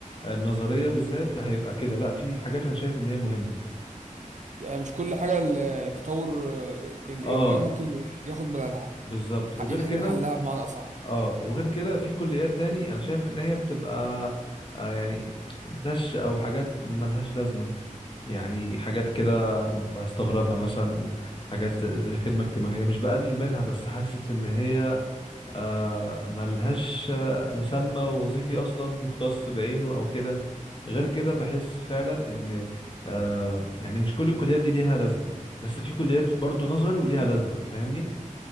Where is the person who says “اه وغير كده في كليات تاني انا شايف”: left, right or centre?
Left